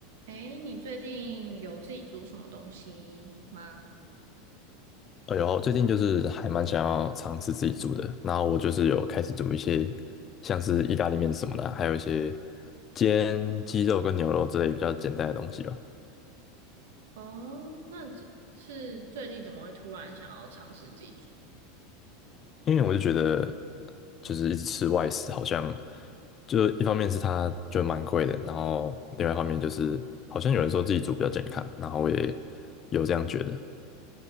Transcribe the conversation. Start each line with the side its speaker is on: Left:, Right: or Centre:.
Right: 诶，你最近有自己煮什么东西吗？
Left: 哎呦，最近就是还蛮想要尝试自己煮的，然后我就是有开始煮一些像是意大利面什么的啊，还有一些煎鸡肉跟牛肉之类比较简单的东西吧。
Right: 哦，那只是最近怎么会突然想要尝试自己煮？
Left: 因为我就觉得，就是一直吃外食，好像就一方面是它就蛮贵的，然后另外一方面就是好像有人说自己煮比较健康，然后我也有这样觉得，